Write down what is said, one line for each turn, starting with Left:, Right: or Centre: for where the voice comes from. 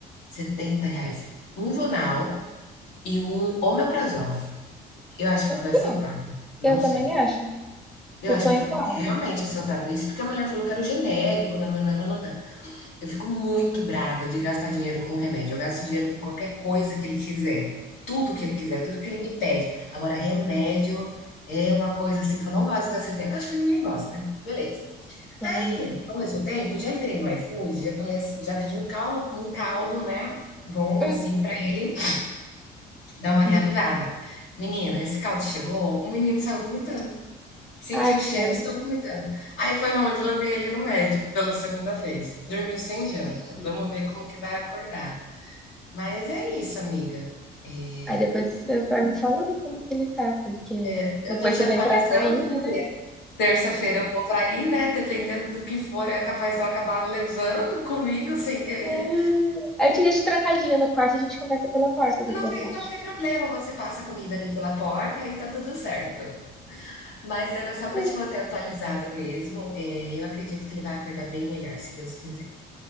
Left: 70 reais. Um Vonal e um omeprazol. Eu acho
Centre: Por
Left: que eu fui
Centre: quê?
Left: assaltada, não
Centre: Eu também
Left: sei.
Centre: acho.
Left: Eu
Centre: Tu
Left: acho
Centre: foi
Left: que eu
Centre: em
Left: fui
Centre: qual?
Left: realmente assaltada, isso porque a mulher falou que era o genérico, nã-nã-nã-nã-nã. Eu fico muito brava de
Centre: Hum,
Left: gastar dinheiro com remédio, eu gasto dinheiro com qualquer coisa que ele quiser, tudo que ele quiser, tudo que ele me pede. Agora remédio é uma coisa, assim, que eu não gosto de gastar dinheiro, acho que ninguém gosta, né, beleza.
Centre: Convenhamos.
Left: Aí, ao mesmo tempo, já entrei no iFood, já falei assi já pedi um caldo, um caldo, né, bom,
Centre: Hum.
Left: assim, pra ele dar uma reavivada.
Centre: Hum.
Left: Menina, esse caldo chegou, o menino saiu vomitando. Senti
Centre: Ai,
Left: o cheiro
Centre: que ódio.
Left: e saiu vomitando. Aí foi na onde eu levei ele no médico pela segunda vez. Dormiu sem
Centre: Sim.
Left: janta. Vamos ver como que vai acordar. Mas é isso, amiga. É,
Centre: Aí depois você vai me falando como que ele tá, porque
Left: eu
Centre: depois
Left: tô te
Centre: você
Left: atualizando,
Centre: vem pra cá ainda,
Left: porque
Centre: né?
Left: terça-feira eu vou pra aí, né? Dependendo do que for, é capaz de eu acabar levando comigo sem querer.
Centre: Ah, Aí eu te deixo trancadinha no quarto, e a gente conversa pela porta, o que
Left: Não
Centre: que você
Left: tem,
Centre: acha?
Left: não tem problema, você passa a comida ali pela porta e tá tudo certo. Mas era só
Centre: É.
Left: pra te manter atualizada mesmo. É, eu acredito que ele vai acordar bem melhor, se Deus quiser.